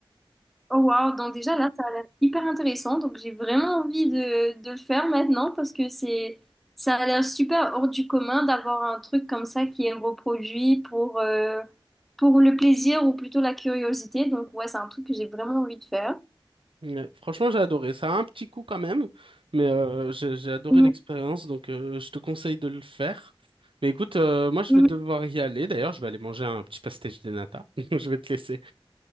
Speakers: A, in the centre; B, on the right.
A: Oh wow, donc déjà là, ça a l'air hyper intéressant. Donc j'ai vraiment envie de, de le faire maintenant parce que c'est ça a l'air super hors du commun d'avoir un truc comme ça qui est reproduit pour, euh, pour le plaisir ou plutôt la curiosité. Donc ouais, c'est un truc que j'ai vraiment envie de faire.
B: Ouais, Franchement, j'ai adoré. Ça a un petit coup quand même, mais euh, j'ai j'ai adoré
A: Mhm.
B: l'expérience, donc euh, je te conseille de le faire. Mais écoute, euh, moi je
A: Mhm.
B: vais devoir y aller. D'ailleurs, je vais aller manger un petit pastéis de nata. <laughs> Donc, Je vais te laisser